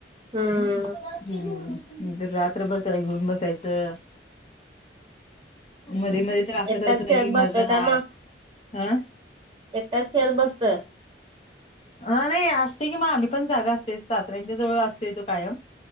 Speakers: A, on the right; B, on the left.
A: हम्म
B: हम्म ज रात्रभर त्याला घेऊन बसायचं
A: हम्म
B: मध्ये मध्ये तर असं
A: एकटाच
B: करत होते
A: खेळत
B: की
A: बसतोय
B: मजाला
A: काय
B: हा
A: मग
B: हं
A: एकटाच खेळत बसतोय
B: हा नाही असते कि म आम्ही पण जागा असतय सासऱ्यांच्या जवळ असतोय तो कायम